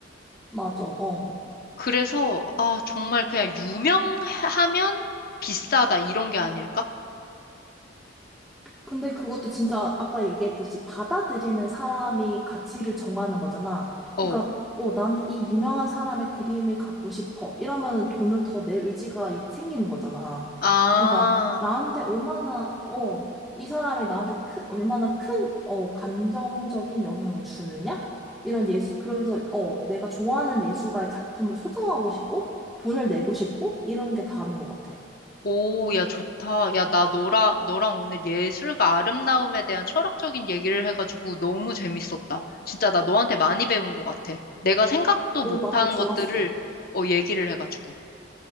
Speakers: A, in the centre; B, on the left.
A: 맞아. 어.
B: 그래서, 아, 정말 그냥 유명하면 비싸다, 이런 게 아닐까?
A: 근데 그것도 진짜 아까 얘기했듯이 받아들이는 사람이 가치를 정하는 거잖아.
B: 어.
A: 그러니까, 어, 나는 이 유명한 사람의 그림을 갖고 싶어. 이러면 돈을 더 낼 의지가 이- 생기는 거잖아.
B: 아.
A: 그러니까, 나한테 얼마나, 어, 이 사람이 나한테 큰, 얼마나 큰, 어, 감정적인 영향을 주느냐? 이런 예술, 그래서, 어, 내가 좋아하는 예술가의 작품을 소장하고 싶고, 돈을 내고 싶고, 이런 게 다른 것 같아.
B: 오, 야, 좋다. 야, 나 너랑, 너랑 오늘 예술과 아름다움에 대한 철학적인 얘기를 해가지고 너무 재밌었다. 진짜 나 너한테 많이 배운 것 같아. 내가 생각도
A: 어,
B: 못한
A: 나도 좋았어.
B: 것들을, 어, 얘기를 해가지고.